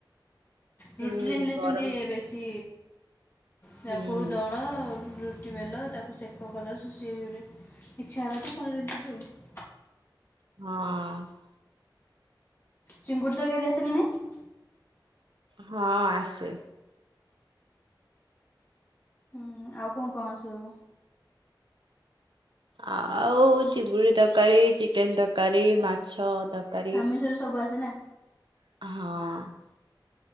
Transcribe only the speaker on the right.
ହୁଁ
ଗରମ
ହୁଁ
ହଁ।
ହଁ ଆସେ।
ଆଉ ଚିଙ୍ଗୁଡି ତରକାରୀ ଚିକେନ ତରକାରୀ ମାଛ। ଛଅ ତରକାରୀ।
ହଁ।